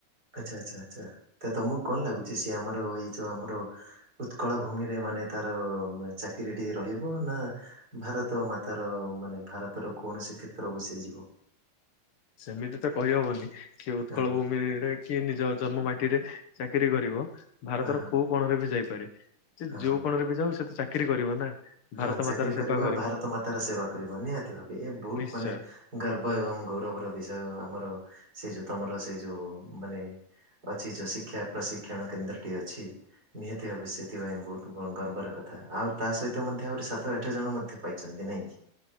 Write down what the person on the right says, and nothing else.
ଆଚ୍ଛା ଆଚ୍ଛା ଆଚ୍ଛା ତ ତମକୁ କଣ ଲାଗୁଚି ସିଏ ଆମର ଏଇ ଯୋଉ ଆମର ଉତ୍କଳ ଭୂମିରେ ମାନେ ତାର ମା ଚାକିରିଟିଏ ରହିବ ନା ଭାରତମାତାର ମାନେ ଭାରତର କୌଣସି କ୍ଷେତ୍ରକୁ ସିଏ ଯିବ।
ହଁ ହଁ
ହଁ ହଁ
ହଁ
ହଁ।
ହଁ
ଚାକିରି
କରିବ
ଭାରତମାତାର ସେବା କରିବ ନିହାତି ଭାବେ ଏ ବୋହୁତ
ମାନେ ଗର୍ବ ଏବଂ ଗୌରବର ବିଷୟ ଆମର ସେ ଯୋଉ ତମର ସେ ଯୋଉ ମାନେ ଅଛି ଯୋଉ ଶିକ୍ଷା ପ୍ରଶିକ୍ଷଣ କେନ୍ଦ୍ରଟି ଅଛି। ନିହାତି ଭାବେ ସେଥିପାଇଁ ବୋହୁତ ବ ଗର୍ବର କଥା ଆଉ ତା ସହି ତ ମଧ୍ୟ ଆଉରି ସାତ ଆଠ ଜଣ ମଧ୍ୟ ପାଇଛନ୍ତି ନାଇଁ କିି?